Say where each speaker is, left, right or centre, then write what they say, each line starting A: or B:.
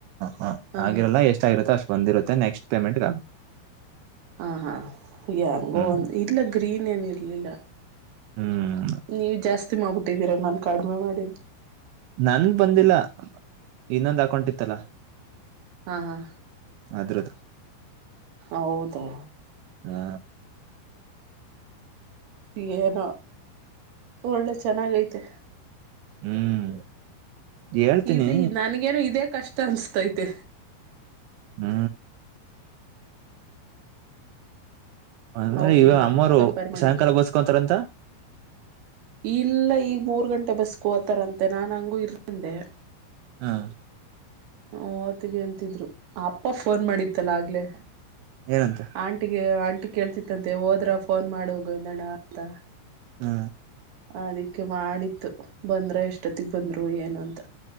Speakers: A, on the right; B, on the right.
A: ಹ
B: ಹಾಂ
A: ಆಗಿರಲ್ಲ ಎಷ್ಟಗರುತ್ತೋ ಅಷ್ಟ್ ಬಂದಿರುತ್ತೆ ನೆಕ್ಸ್ಟ್ ಪೇಮೆಂಟ್
B: ಹಾ ಹಾ ಯಂಗೋ
A: ಹ್ಮ್
B: ಒ ಇಲ್ಲ ಗ್ರೀನ್ ಏನ್ ಇರ್ಲಿಲ್ಲ
A: ಹ್ಮ್
B: ನೀವ ಜಾಸ್ತಿ ಮಾಡ್ಬಿಟ್ಟಿದ್ದೀರಾ ನಾು ಕಡಿಮೆ ಮಾಡಿದ್ದ
A: ನನ್ ಬಂದಿಲ್ಲ ಇನ್ನೊಂದ್ ಹಾಕೌಂಟಿತ್ತಲ
B: ಹಾಂ ಹಾಂ
A: ಅದ್ರ್ದ
B: ಹೌದಾ
A: ಹಾ
B: ಏನೋ ಒಳ್ಳೆ ಚೆನ್ನಾಗೈತೆ
A: ಹ್ಮ್ ಹೇಳ್ತೀನಿ
B: ಇದಿ ನನ್ಗೇನು ಇದೇ ಕಷ್ಟ ಅನ್ಸ್ತೈತೆ
A: ಹ್ಮ್ ಅ್ಮೇಲೆ
B: ಅವಕ್ಕಿಂತ
A: ಈವ ಅಮ್ಮರು
B: ಕಂಪೇರ್ ಮಾಡಿದ್ರೆ
A: ಸಾಯಂಕಾಲ ಗೋಸ್ಕೊಂತಾರಂತ
B: ಇಲ್ಲ ಈಗ ಮೂರ್ ಗಂಟೆ ಬಸ್ಕೋತಾರಂತೆ ನಾನ್ ಹಂಗು ಇರ್ಿಂದೆ
A: ಹಾ
B: ಹ ಓ್ತೀವಿ ಅಂತಿದ್ರು ಅಪ್ಪ ಫೋನ್ ಮಾಡಿತ್ತಲ್ಲ ಆಗ್ಲೆೇ
A: ಏನಂತ
B: ಆಂಟಿಗೆ ಆಂಟಿ ಕೇಳ್ತಿತ್ತಂತೆ ಹೋದ್ರ ಫೋನ್ ಮಾಡ ಹೋಗುಂದಣ್ಣ ಅಂತ
A: ಹ್ಮ
B: ಅದಿಕ್ಕೆ ಮಾಡಿತ್ತು ಬಂದ್ರ ಎಷ್ಟೊತ್ತಿಗೆ ಬಂದ್ರು ಏನು ಅಂತ